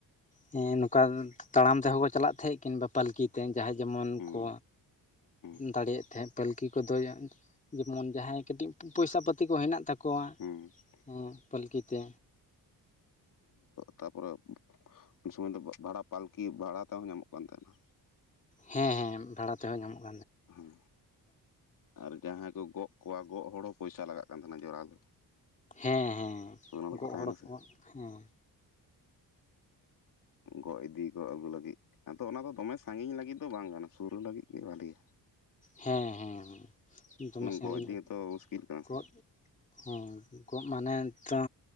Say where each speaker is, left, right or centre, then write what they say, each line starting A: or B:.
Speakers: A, on the left; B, on the left.
A: ᱦᱮᱸ ᱱᱚᱝᱠᱟ ᱛᱟᱲᱟᱢ ᱛᱮᱦᱚᱸᱠᱚ ᱪᱟᱞᱟᱜ ᱛᱟᱦᱮᱸᱜ ᱠᱤᱝᱵᱟ ᱯᱟᱹᱞᱠᱤᱛᱮ ᱡᱟᱦᱟᱸᱭ ᱡᱮᱢᱚᱱ
B: ᱦᱮᱸ
A: ᱠᱚ
B: ᱦᱮᱸ
A: ᱫᱟᱲᱮᱭᱟᱜ ᱛᱟᱦᱮᱸᱫ ᱯᱟᱹᱞᱠᱤ ᱠᱚᱫᱚ ᱡᱮᱢᱚᱱ ᱡᱟᱦᱟᱸᱭ ᱠᱟᱹᱴᱤᱡ ᱯᱚᱭᱥᱟ ᱯᱟᱛᱤ ᱠᱚ ᱦᱮᱱᱟᱜ ᱛᱟᱠᱚ ᱟᱠᱚᱣᱟᱜ
B: ᱦᱮᱸ
A: ᱮ ᱯᱟᱹᱞᱠᱤᱛᱮ
B: ᱛᱟᱨᱯᱚᱨᱮ ᱩᱱ ᱥᱚᱢᱚᱭ ᱫᱚ ᱵᱷᱟᱲᱟ ᱯᱟᱞᱠᱤ ᱵᱷᱟᱲᱟ ᱛᱮᱦᱚᱸ ᱧᱟᱢᱚᱜ ᱠᱟᱱ ᱛᱟᱸᱦᱮᱱᱟ
A: ᱦᱮᱸ ᱦᱮᱸ ᱵᱷᱟᱲᱟ ᱛᱮᱦᱚᱸ ᱧᱟᱢᱚᱜᱼᱟ
B: ᱦᱮᱸ ᱟᱨ ᱡᱟᱦᱟᱸᱭ ᱠᱚ ᱜᱚᱜ ᱠᱚᱣᱟ ᱜᱚᱜ ᱦᱚᱲ ᱦᱚᱸ ᱯᱚᱭᱥᱟ ᱞᱟᱜᱟᱜ ᱠᱟᱱ ᱛᱟᱦᱮᱱᱟ ᱡᱚᱨᱟᱣ ᱫᱚ
A: ᱦᱮᱸ ᱦᱮᱸ
B: ᱟᱫᱚ ᱚᱱᱟ ᱫᱚᱠᱚ
A: ᱜᱚᱜ
B: ᱛᱟᱦᱮᱱᱟ
A: ᱦᱚᱲ ᱠᱚᱣᱟᱜ
B: ᱥᱮ
A: ᱦᱮᱸ
B: ᱜᱚᱜ ᱤᱫᱤ ᱜᱚᱜ ᱟᱹᱜᱩ ᱞᱟᱹᱜᱤᱫ ᱟᱫᱚ ᱚᱱᱟ ᱫᱚᱢᱮ ᱥᱟᱺᱜᱤᱧ ᱞᱟᱹᱜᱤᱫ ᱫᱚ ᱵᱟᱝ ᱠᱟᱱᱟ ᱥᱩᱨ ᱞᱟᱹᱜᱤᱫ ᱜᱮ ᱵᱷᱟᱹᱞᱤᱭᱟ
A: ᱦᱮᱸ ᱦᱮᱸ ᱫᱚᱢᱮ ᱥᱟᱺᱜᱤᱧ
B: ᱜᱚᱜ ᱤᱫᱤ
A: ᱜᱮ
B: ᱦᱚᱸᱛᱚ ᱢᱩᱥᱠᱤᱞ ᱠᱟᱱᱟ ᱥᱮ
A: ᱜᱚᱜ ᱦᱮᱸ ᱜᱚᱜ ᱢᱟᱱᱮ ᱛᱚ